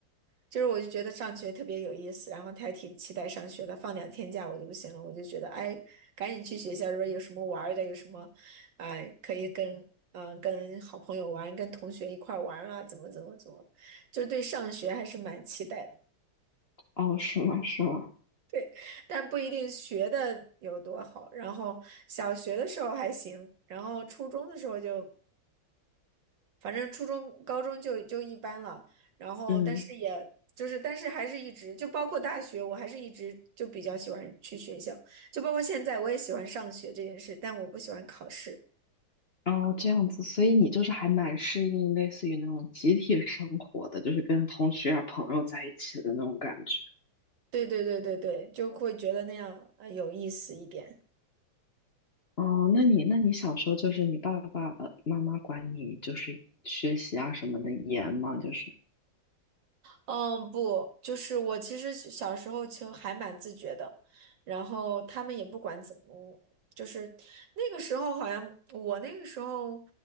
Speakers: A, on the right (about 65°); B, on the left (about 40°).
A: 就是我就觉得上学特别有意思，然后他还挺期待上学的。放两天假我就不行了，我就觉得哎，赶紧去学校，如果有什么玩儿的，有什么，哎，可以跟嗯、呃跟好朋友玩，跟同学一块儿玩儿啊，怎么怎么怎么，就是对上学还是蛮期待的。
B: 哦，是吗？是吗？
A: 对，但不一定学的有多好。然后小学的时候还行，然后初中的时候就。反正初中、高中就就一般了，然后但是也就是，
B: 嗯，
A: 但是还是一直就包括大学，我还是一直就比较喜欢去学校，就包括现在我也喜欢上学这件事，但我不喜欢考试。
B: 哦，这样子，所以你就是还蛮适应类似于那种集体生活的，就是跟同学啊、朋友在一起的那种感觉。
A: 对对对对对，就会觉得那样呃有意思一点。
B: 哦，那你那你小时候就是你爸爸、呃妈妈管你就是学习啊什么的严吗？就是，
A: 嗯，不，就是我其实小小时候就还蛮自觉的，然后他们也不管怎么，就是那个时候好像我那个时候，